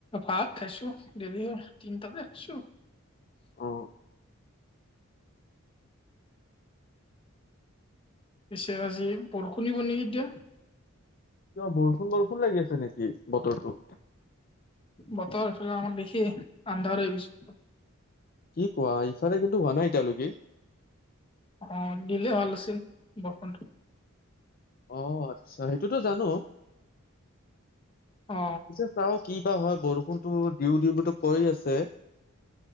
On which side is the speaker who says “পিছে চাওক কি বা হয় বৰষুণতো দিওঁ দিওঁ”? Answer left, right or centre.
Left